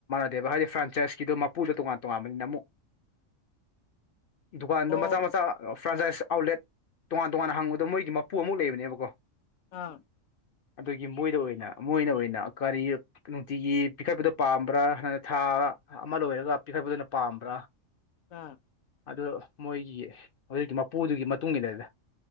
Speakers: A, on the left; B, on the left.
A: ꯗꯦꯕ ꯍꯥꯏꯗꯤ ꯐ꯭ꯔꯥꯟꯆꯥꯏꯁꯀꯤꯗꯨꯣ ꯃꯄꯨꯗꯣ ꯇꯣꯉꯥꯟ ꯇꯣꯉꯥꯟꯕꯅꯤꯅ ꯑꯃꯨꯛ ꯗꯨꯀꯥꯟꯗ
B: ꯑꯣ
A: ꯃꯆꯥ ꯃꯆꯥ ꯐ꯭ꯔꯥꯟꯁꯥꯏꯁ ꯑꯥꯎꯠꯂꯦꯠ ꯇꯣꯉꯥꯟ ꯇꯣꯉꯥꯟꯅ ꯍꯪꯕꯗꯣ ꯃꯣꯏꯒꯤ ꯃꯄꯨ ꯑꯃꯨꯛ ꯂꯩꯕꯅꯦꯕꯀꯣ
B: ꯑꯥ
A: ꯑꯗꯨꯒꯤ ꯃꯣꯏꯗ ꯑꯣꯏꯅ ꯃꯣꯏꯅ ꯑꯣꯏꯅ ꯀꯒꯥꯔꯤ ꯅꯨꯡꯇꯤꯒꯤ ꯄꯤꯈꯠꯄꯗꯣ ꯄꯥꯝꯕ꯭ꯔꯥ ꯍꯅ ꯊꯥ ꯑꯃ ꯂꯣꯏꯔꯒ ꯄꯤꯈꯠꯄꯗꯨꯅ ꯄꯥꯝꯕ꯭ꯔꯥ
B: ꯑꯥ
A: ꯑꯗꯨ ꯃꯣꯏꯒꯤ ꯍꯧꯖꯤꯛꯀꯤ ꯃꯄꯨꯗꯨꯒꯤ ꯃꯇꯨꯡꯒꯤꯟꯅꯗꯅ